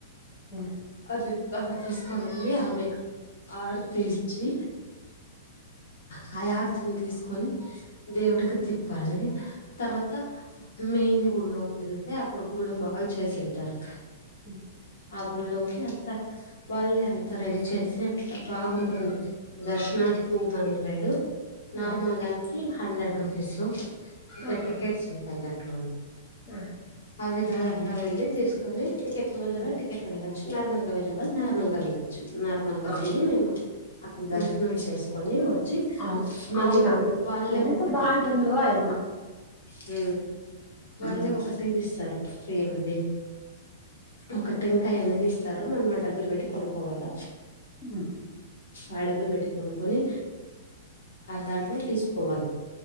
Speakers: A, on the left (about 20°); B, on the left (about 80°).
A: హ్మ్
B: అది అక్కడ తీసుకోవండి ఆమెకు ఆర్ తీచ్చి హై ఆర్స్ని తీసుకొని దేవుడ క త చెప్పాలి తర్వాత మెయిన్ గుళ్ోకి వెళ్తే అక్కడ గుళ్ో బాగా చేసింటారు
A: అ
B: ఆ గుళ్కి అంత వాళ్ల్ే అంత రెడి చేసే అంత బాగుంటుంది దర్శనానికి
A: హ్మ్ హ్మ్
B: టూ హండ్రెడ్ నార్మల్
A: హ్మ్.
B: దానికి హండ్రెడ్ రూపీస్ ఇట్లా
A: ఆహా
B: టికెట్స్ ఉంటాయి దాంట్లోన్
A: ఆ
B: ఆ విధాలంగా వెళ్ళి తీసుకొని టికెట్లు వెళ్ళవ
A: హ్మ్
B: టికెట్లు వెళ్ళ నార్మల్గా వెళ్లవాలి నార్మల్ గా వెళ్ొచ్చు నార్మల్గా
A: ఆ!
B: వెళ్ళి మేము అక్కడ
A: హ్మ్
B: దర్శనం చేసుకొని వచ్చి
A: ఆ
B: మళ్ళీ
A: అవునవును
B: వాళ్ళే
A: ఎంత
B: ఒకటి
A: బాగుంటుందో ఆయమ్మ
B: హ వాళ్ళే
A: హ్మ్
B: ఒకటిది ఇస్తారు ఫ్రీ అది ఒక టెంకాయ అనేది ఇస్తారు మనమాట డబ్బులు పెట్టి కొనుక్కవాల
A: హ్మ్
B: ఆ డబ్బులు పెట్టి కొనుకొని ఆ దాంట్లో తీసుకోవాలి